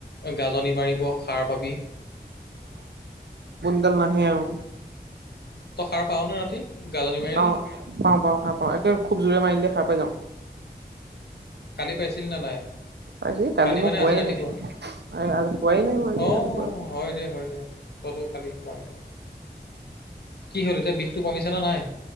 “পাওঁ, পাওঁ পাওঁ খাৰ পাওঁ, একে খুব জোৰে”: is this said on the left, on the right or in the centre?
Right